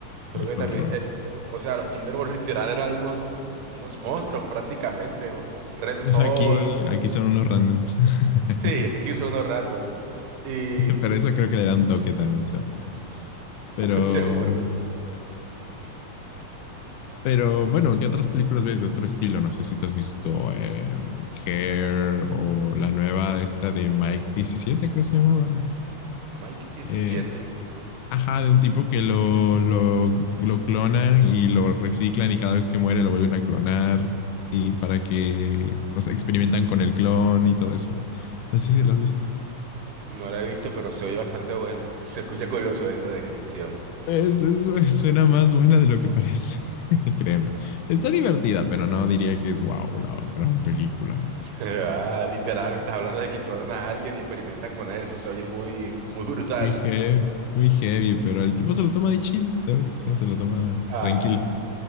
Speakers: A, on the right (about 75°); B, on the left (about 80°).
A: Creo
B: Elijo
A: que también,
B: el rojo.
A: eh, o sea, los Thunderbolts <laughs> literal eran unos, unos monstruos prácticamente. o- Red Hulk.
B: Aquí, aquí son unos randoms. <laughs>
A: Sí, <laughs> aquí son unos random. Y
B: Pero eso creo que le da un toque también, ¿sabes? Pero,
A: <laughs> estoy seguro.
B: pero bueno, ¿qué otras películas ves de otro estilo? No sé si te has visto eh, Hair o la nueva esta de Mike diecisiete, creo que se llamaba.
A: Mike diecisiete
B: Eh, Ajá, de un tipo que lo, lo, lo clonan y lo reciclan y cada vez que muere lo vuelven a clonar y para que, no sé, experimentan con el clon y todo eso. No sé si lo has visto.
A: No la he visto, pero se oye bastante buena. <laughs> Se escucha curioso esa descripción.
B: Es, es- <laughs> suena más buena de lo que parece, <laughs> créeme. Está divertida, pero no diría que es wow, la gran película.
A: <laughs> Ah, literal, me estás hablando de que clonan a alguien y experimentan con él. Eso se oye muy, muy brutal.
B: Muy heavy, muy heavy, pero el tipo se lo toma de chill, ¿sabes? O sea, se lo toma
A: Ah,
B: tranquilo.